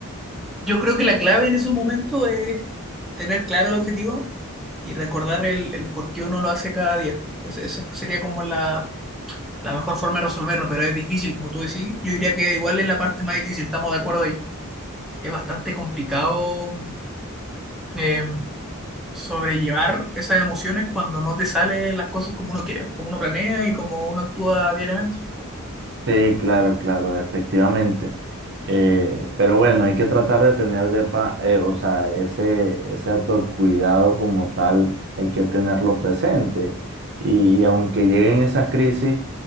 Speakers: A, in the centre; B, on the right (about 55°).
A: Yo creo que la clave en esos momentos es tener claro el objetivo y recordar el, el por qué uno lo hace cada día. Ese- Esa sería como la, la mejor forma de resolverlo, pero es difícil, como tú decís. Yo diría que igual es la parte más difícil, estamos de acuerdo ahí. Es bastante complicado eh, sobrellevar esas emociones cuando no te salen las cosas como uno quiere, como uno planea y como uno actúa diariamente.
B: Sí, claro, claro, efectivamente. Eh, pero bueno, hay que tratar de tener de pa- eh, o sea, ese, ese autocuidado como tal, hay que tenerlo presente. Y, aunque lleguen esas crisis